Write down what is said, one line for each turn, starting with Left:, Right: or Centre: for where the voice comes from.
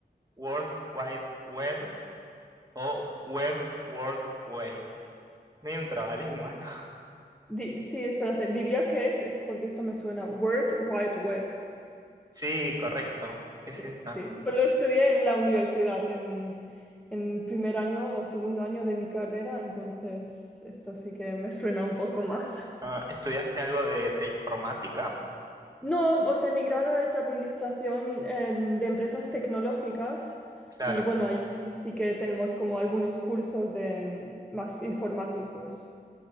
Right: World Wide Web o Web World Way. Medio un trabalengua, ¿no?
Centre: Di- sí, espérate, diría que es, esto, porque esto me suena, World Wide Web.
Right: <laughs> Sí, correcto. Es
Centre: Sí,
Right: esa.
Centre: sí, esto lo estudié en la universidad, en, en primer año o segundo año de mi carrera, entonces esto sí que me suena un poco más.
Right: Ah, ¿estudiaste algo de, de informática?
Centre: No, o sea, mi grado es administración eh, de empresas tecnológicas
Right: Claro.
Centre: y bueno, ahí sí que tenemos como algunos cursos de más informáticos.